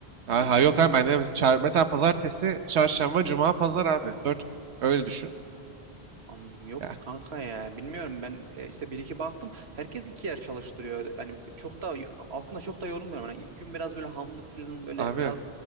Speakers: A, on the right (about 70°); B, on the right (about 90°).
A: Bu
B: Ha, ha
A: bu-
B: yok abi ben de çar- mesela pazartesi, çarşamba, cuma, pazar abi. Dört gün. Öyle düşün.
A: anladım yok
B: Ya
A: kanka ya. Bilmiyorum ben e, işte bir iki baktım. Herkes iki yer çalıştırıyor. Yani çok da aslında çok da yorulmuyorum. Hani ilk gün biraz böyle hamlık falan böyle
B: abi,
A: biraz